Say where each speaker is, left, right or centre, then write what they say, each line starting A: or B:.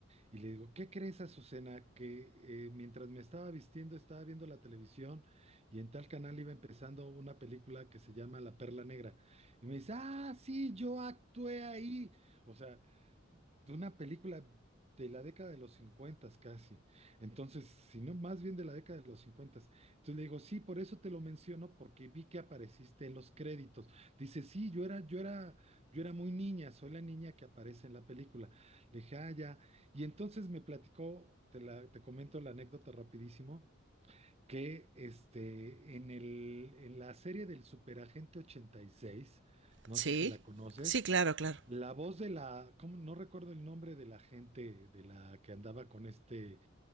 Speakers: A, on the right; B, on the right.
A: Y le digo, ¿qué crees, Azucena? Que eh, mientras me estaba vistiendo, estaba viendo la televisión y en tal canal iba empezando una película que se llama La Perla Negra. Y me dice, ah, sí, yo actué ahí. O sea, de una película de la década de los 50 casi. Entonces, si no, más bien de la década de los 50. Entonces le digo, sí, por eso te lo menciono, porque vi que apareciste en los créditos. Dice, sí, yo era, yo era, yo era muy niña, soy la niña que aparece en la película. Le dije, ah, ya. Y entonces me platicó, te la, te comento la anécdota rapidísimo. que este, en el, en la serie del Superagente ochenta y seis no
B: Sí,
A: sé si la conoces,
B: sí, claro, claro.
A: la voz de la, ¿cómo? No recuerdo el nombre de la gente de la que andaba con este,